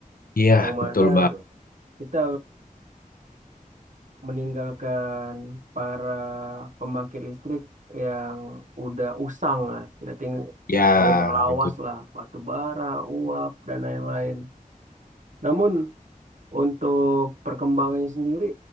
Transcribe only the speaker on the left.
Iya,
betul Bang.
Ya,
itu.